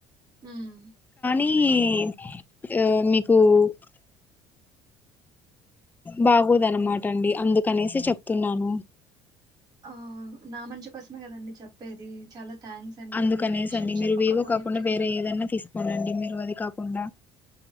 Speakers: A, on the right; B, on the left.
A: ఉమ్
B: ఈ ఆహ్ మీకు ఉమ్ బాగోదన్నమాట అండి అందుకనేసి చెప్తున్నాను.
A: ఆహ్ నా మంచి కోసమే కదండి చెప్పేది చాలా థ్యాంక్స్ అండి
B: అందుకనేసి
A: మీరు ఈ విషయం
B: అండి మీరు
A: చెప్పకపోయింటే
B: వీవో కాకుండా వేరే
A: నేను
B: ఏదన్నా తీసుకోండి మీరు అది కాకుండా